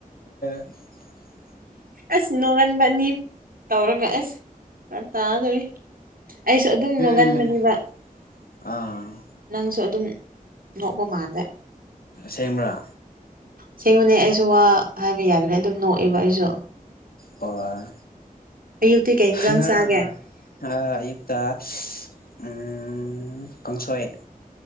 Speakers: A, on the left; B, on the right.
A: <inaudible> <inaudible>
B: ꯑꯁ ꯅꯣꯡꯉꯟꯕ ꯑꯅꯤ ꯇꯧꯔꯒ ꯑꯁ ꯇꯥꯗꯣꯔꯤ ꯑꯩꯁꯨ ꯑꯗꯨꯝ ꯅꯣꯛꯍꯟꯕꯅꯦꯕ
A: ꯎꯝ ꯑꯥ
B: ꯅꯪꯁꯨ ꯑꯗꯨꯝ ꯅꯣꯛꯄ ꯃꯥꯂꯦ
A: ꯁꯦꯡꯕꯔꯥ
B: ꯁꯦꯡꯕꯅꯦ ꯑꯩꯁꯨ ꯋꯥ ꯍꯥꯏꯕ ꯌꯥꯗꯅ ꯑꯗꯨꯝ ꯅꯣꯛꯑꯦꯕ ꯑꯩꯁꯨ
A: ꯑꯣ
B: ꯑꯌꯨꯛꯇꯤ ꯀꯩ ꯏꯟꯖꯥꯡ
A: ꯉꯔꯥꯡ
B: ꯆꯥꯒꯦ
A: ꯑꯌꯨꯛꯇ ꯎꯝ ꯎ ꯀꯥꯡꯁꯣꯏ